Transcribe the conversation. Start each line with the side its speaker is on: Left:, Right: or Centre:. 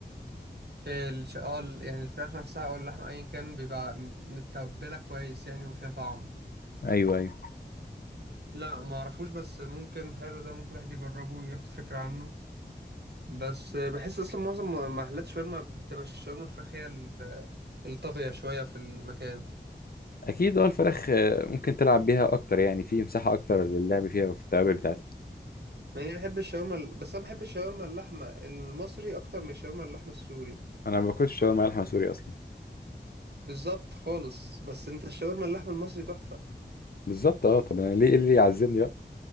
Right: الش... اه ال- يعني الفراخ نفسها او اللحمه ايا كان بيبقى م- متبله كويس يعني وفيها طعم
Left: أيوه أيوه
Right: لا ما اعرفوش بس ممكن حلو ده ممكن الواحد يجربه وياخد فكره عنه بس بحس اصلا معظم محلات شاورما بتبقى الشاورما الفراخ هي ال- الطاغية شوية في المكان
Left: اكيد اه الفراخ آه، ممكن تلعب بيها اكتر يعني في مساحه اكتر للعب فيها وفي التوابل بتاعتها
Right: مع اني بحب الشاورما ال- بس انا بحب الشاورما اللحمة المصري اكتر من الشاورما اللحمة السوري
Left: انا ما باكلش شاورما لحمه سوري اصلا
Right: بالظبط خالص بس انت الشاورما اللحمة المصري تحفة
Left: بالظبط اه طب انا ليه إيه اللي يعذبني بقى